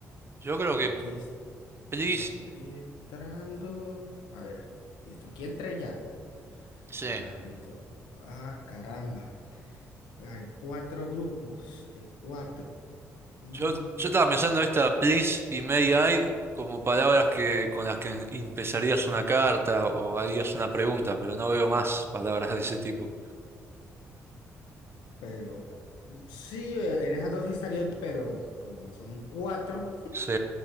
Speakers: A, on the right (about 30°); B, on the left (about 70°).
A: Yo
B: a ver,
A: creo
B: ahí
A: que
B: aquí, es,
A: please...
B: aquí estoy entrando, a ver, listo, aquí entré ya,
A: Sí.
B: ajá, listo, ah, caramba, hay cuatro grupos de cuatro, Ujú.
A: Yo, yo estaba pensando esta please y may I como palabras que con las que empezarías una carta o harías una pregunta, pero no veo más <laughs> palabras de ese tipo.
B: pero mm, sí, eh, en esas dos sí estaría, pero como son cuatro,
A: Sí.